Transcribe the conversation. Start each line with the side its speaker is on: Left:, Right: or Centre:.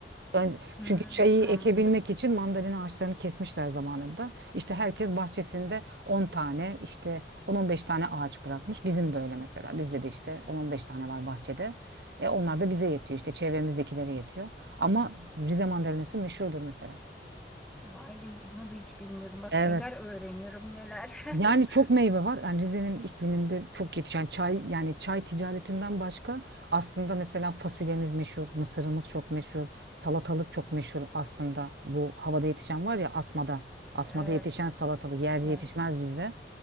Right: Önce,
Centre: Hı,
Right: çünkü çayı
Centre: anladım.
Right: ekebilmek için mandalina ağaçlarını kesmişler zamanında. İşte herkes bahçesinde 10 tane işte on on beş tane ağaç bırakmış. Bizim de öyle mesela. Bizde de işte on on beş tane var bahçede. E onlar da bize yetiyor. İşte çevremizdekilere yetiyor. Ama Rize mandalinası meşhurdur mesela.
Centre: Vay be, bunu da hiç bilmiyordum. Bak
Right: Evet
Centre: neler öğreniyorum neler.
Right: Yani
Centre: <laughs>
Right: çok meyve var. Yani Rize'nin ikliminde çok yetişen yani çay yani çay ticaretinden başka aslında mesela fasulyemiz meşhur, mısırımız çok meşhur, salatalık çok meşhur aslında. Bu havada yetişen var ya asmada. Asmada
Centre: Evet,
Right: yetişen salatalık yerde
Centre: evet.
Right: yetişmez bizde.